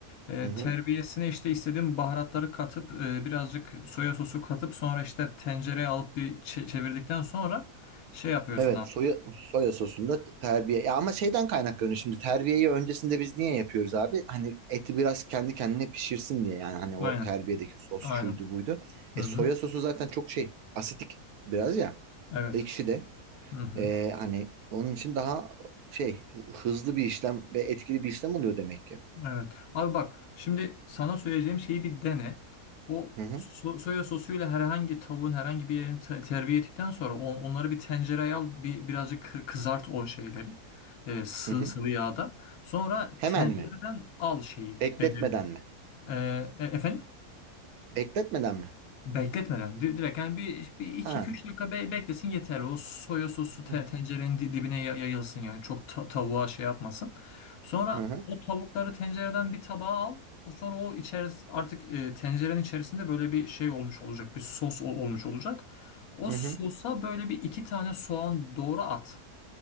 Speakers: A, on the left (about 70°); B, on the right (about 75°).
A: E,
B: Hı hı.
A: terbiyesine işte istediğim baharatları katıp e, birazcık soya sosu katıp sonra işte tencereye alıp bir çe- çevirdikten sonra şey yapıyorsun
B: Evet
A: abi.
B: soya, soya sosunda terbiye. Ya ama şeyden kaynaklanıyor şimdi terbiyeyi öncesinde biz niye yapıyoruz abi? Hani eti biraz kendi kendine pişirsin diye yani hani
A: Aynen.
B: o terbiyedeki sos
A: Aynen.
B: şuydu buydu. E
A: Hı
B: soya
A: hı.
B: sosu zaten çok şey asitik biraz ya
A: Evet.
B: ekşi de
A: Hı hı.
B: E, hani onun için daha şey hızlı bir işlem ve etkili bir işlem oluyor demek ki.
A: Evet. Abi bak şimdi sana söyleyeceğim şeyi bir dene. O
B: Hı hı,
A: so- soya sosuyla herhangi tavuğun herhangi bir yerini te- terbiye ettikten sonra on- onları bir tencereye al bir birazcık kı- kızart o şeyleri. E, sı-
B: hı hı.
A: sıvı yağda. Sonra
B: Hemen
A: tencereden
B: mi?
A: al şeyi.
B: Bekletmeden
A: E, e,
B: mi?
A: e, efendim?
B: Bekletmeden mi?
A: Bekletmeden di- direkt yani bir, bir 2-3
B: Ha.
A: dakika be- beklesin yeterli. O soya sosu te-
B: Hı
A: tencerenin di- dibine ya- yayılsın yani çok ta- tavuğa şey yapmasın. Sonra
B: hı,
A: o tavukları tencereden bir tabağa al. O sonra o içeris artık e, tencerenin içerisinde böyle bir şey olmuş olacak. Bir sos ol- olmuş olacak. O
B: hı
A: sosa
B: hı.
A: böyle bir iki tane soğan doğru at.